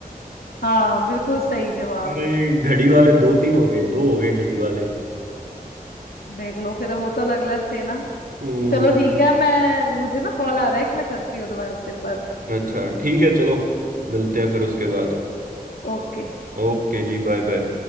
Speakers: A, on the left; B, on the right.
A: हाँ बिल्कुल सही जवाब
B: अरे घड़ी वाले दो तीन हो गए दो हो गए घड़ी वाले
A: देख लो फिर वो तो अलग अलग थे ना
B: हम्म
A: चलो ठीक है मैं मुझे ना कॉल आ रहा है कि मैं करती हूँ तुम्हारे से बात
B: अच्छा ठीक है चलो मिलते हैं फिर उसके बाद
A: ओके
B: ओके जी बाय बाय